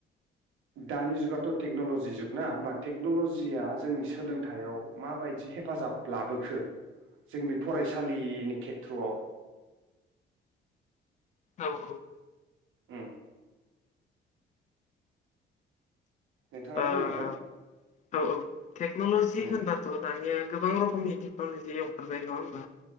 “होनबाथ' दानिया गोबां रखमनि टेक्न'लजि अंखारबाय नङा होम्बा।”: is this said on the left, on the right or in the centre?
Left